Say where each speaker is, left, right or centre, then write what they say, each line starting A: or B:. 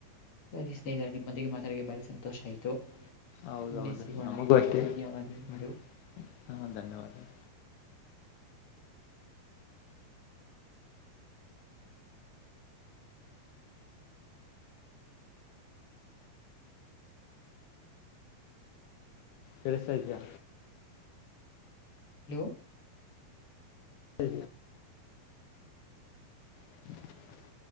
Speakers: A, on the left; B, on the left.
A: ಸರಿ ಸ್ನೇಹಿತರ ನಿಮ್ಮೊಂದಿಗೆ ಮಾತಾಡ ಭಾರಿ ಸಂತೋಷ ಆಯಿತು.
B: ಹೌದ
A: ಒಮ್ಮೆ
B: ಹೌದು
A: ಸಿಗೋಣ
B: ನಮಗೂ ಅಷ್ಟೇ
A: ಧನ್ಯವಾದಗಳು
B: ಹ್ ಹಾ ಧನ್ಯವಾದಗಳು. ಕಳ್ತಾ ಇದಯಾ,
A: ಹಲೋ.
B: ಹ. ಹೇಳಿ.